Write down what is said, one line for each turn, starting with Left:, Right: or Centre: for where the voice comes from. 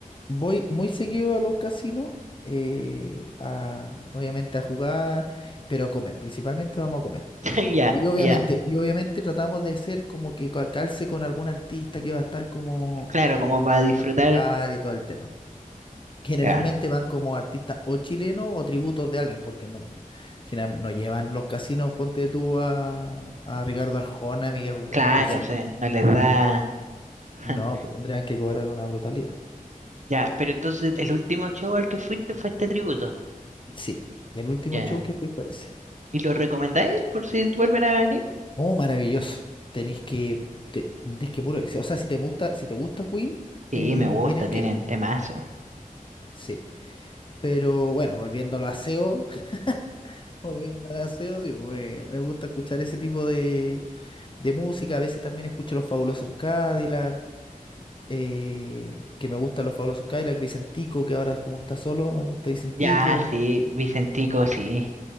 Left: Voy muy seguido a los casinos, eh, a, obviamente a jugar, pero a comer. Principalmente vamos a comer.
Right: <laughs> Ya,
Left: Y obviamente,
Right: ya.
Left: y obviamente tratamos de hacer como que ca- calce con algún artista que va a estar como
Right: Claro, como
Left: algún
Right: para
Left: artista
Right: disfrutar.
Left: musical y todo el tema. Generalmente
Right: Ya,
Left: van como artistas o chilenos o tributos de alguien, porque no, general- no llevan los casinos, ponte tú a, a Ricardo Arjona, a Miguel Bosé,
Right: claro,
Left: imposible.
Right: sí, no les da...
Left: No, lo llevan.
Right: <laughs>
Left: No, pues tendrían que cobrar una brutalidad.
Right: Ya, pero entonces el último show al que fuiste fue este tributo.
Left: Sí, el último
Right: Ya.
Left: show que fui fue ese.
Right: ¿Y los recomendáis por si vuelven a venir?
Left: Oh, maravilloso. Tenéis que, te- tenés que puro ir. O sea, si te gusta, si te gusta Queen,
Right: Sí,
Left: eh,
Right: me gusta,
Left: tienes
Right: tienen
Left: que ir.
Right: temazo.
Left: Sí. Pero bueno, volviendo a los aseos, <laughs> volviendo al aseo, sí, me, me gusta escuchar ese tipo de, de música. A veces también escucho los Fabulosos Cadillac, eh, que me gustan los Fabulosos Cadillac, Vicentico, que ahora como está solo, me gusta Vicentico.
Right: Ya, sí, Vicentico, sí,